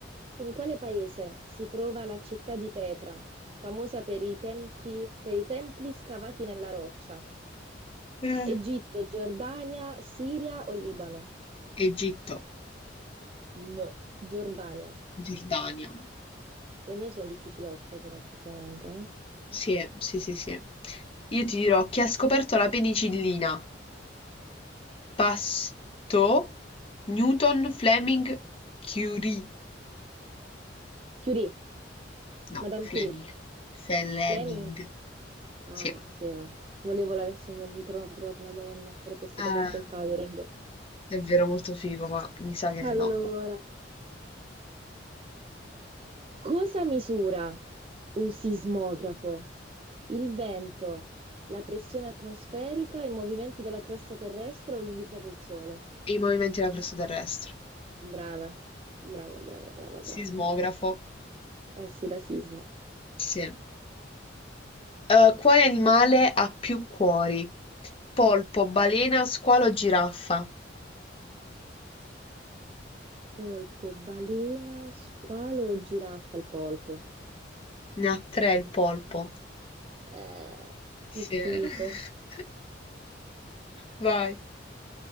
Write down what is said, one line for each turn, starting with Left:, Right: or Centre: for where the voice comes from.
Right: in quale paese si trova la città di Petra, famosa per i tempi- per i templi scavati nella roccia?
Left: Eh,
Right: Egitto, Giordania, Siria o Libano?
Left: Egitto.
Right: No, Giordania.
Left: Giordania.
Right: Le mie sono difficilotte, però, effettivamente. eh.
Left: Sì, eh, sì, sì, sì. Io ti dirò chi ha scoperto la penicillina? Pasteur, Newton, Fleming, Curie.
Right: Curie,
Left: No,
Right: Madame
Left: Fleming.
Right: Curie.
Left: Fleming.
Right: Fleming, cacchio.
Left: Sì.
Right: Volevo l'avessi invent- tro- trovato una donna, sarebbe stato
Left: Ah,
Right: molto empowering.
Left: è vero, molto figo, ma mi sa che
Right: Allora,
Left: no.
Right: Cosa misura un sismografo? Il vento, la pressione atmosferica, i movimenti della crosta terrestre o l'umidità del suolo?
Left: I movimenti della crosta terrestre.
Right: Brava, brava, brava, brava, brava.
Left: Sismografo.
Right: Eh sì, da sisma.
Left: Sì. Eh, quale animale ha più cuori? Polpo, balena, squalo, giraffa.
Right: Polpo, balena, squalo o giraffa? Il polpo.
Left: Ne ha tre il polpo.
Right: Eh,
Left: Sì.
Right: che schifo.
Left: <laughs> Vai.